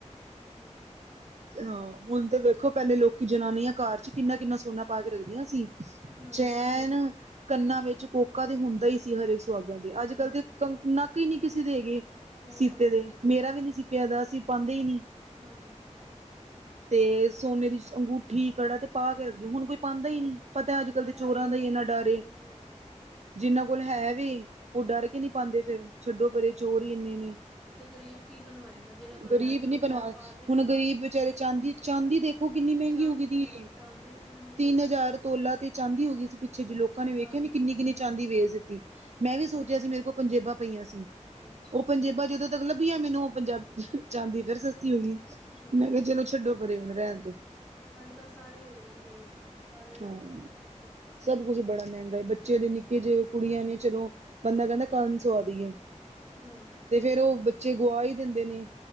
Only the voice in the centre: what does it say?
ਹਾਂ।
ਹਾਂਜੀ
ਹਾਂਜੀ
ਹੋਰ
ਹਾਂਜੀ।
ਹਾਂਜੀ
ਕੱਲ੍ਹ
ਹੈ ਹੀ ਨਹੀਂ
ਹੋਰ
ਹੋਰ
ਤੇ ਗ਼ਰੀਬ ਕੀ ਬਣਵਾਏਗਾ ਜਿਹਨਾਂ ਕੋਲ
ਹੈ ਤੇ ਉਹ
ਚੱਲ ਪਾ ਲਏਗਾ
ਚਾਂਦੀ
ਹਾਂ
ਚਾਂਦੀ ਇੰਨੀ ਮਹਿੰਗੀ
ਹੋਈ
ਦੀ
ਹਾਂਜੀ
ਹਾਂ
ਅੱਛਾ
ਹਾਂ
ਅੱਜ ਕੱਲ੍ਹ ਸਾਰੇ ਰੇੜ ਦੇ ਚੀਜ਼ ਸਾਰੇ ਰੇਟ
ਵੱਧਦੇ ਪਏ ਨੇ
ਹਾਂਜੀ
ਹਾਂ।